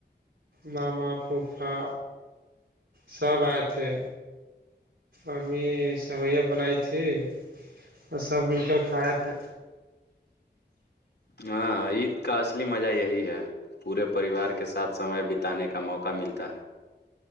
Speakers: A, on the right; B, on the left.
A: ماما پوپا سب آئے تھے امی سیویاں بنائی تھی اور سب مل کر کھائے تھے
B: ہاں عید کا اصلی مزہ یہی ہے پورے پریوار کے ساتھ سمے بتانے کا موقع ملتا ہے